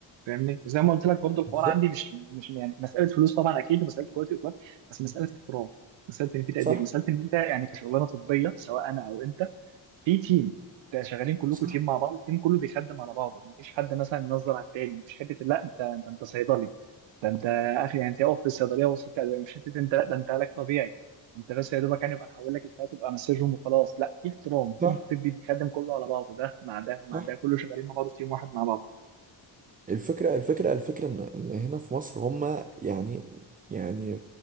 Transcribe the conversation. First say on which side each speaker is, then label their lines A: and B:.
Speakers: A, on the right; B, on the right.
A: فاهمني وزي ما قلت لك برضه الحوار
B: بالظبط
A: عندي مش مش يعني مساله فلوس طبعا اكيد ومساله كواليتي بس مساله احترام مساله ان في تقدير
B: صح
A: مساله ان انت يعني كشغلانه طبيه سواء انا او انت في تيم انت شغالين كلكم
B: صح
A: تيم مع بعض التيم كله بيخدم على بعضه مفيش حد مثلا ينظر على التاني مفيش حته لا انت انت انت صيدلي ده انت اخي يعني انت اقف في الصيدليه وصلت لا، مش حته انت لا ده انت علاج طبيعي انت بس يا دوبك يعني يبقى نحول لك الحاجات تبقى مسجهم وخلاص لا في احترام التيم
B: صح
A: الطبي بيخدم كله على بعضه ده مع ده مع
B: صح
A: ده كله شغالين مع بعض في تيم واحد مع بعض
B: الفكرة الفكرة الفكرة إن إن هنا في مصر هما يعني يعني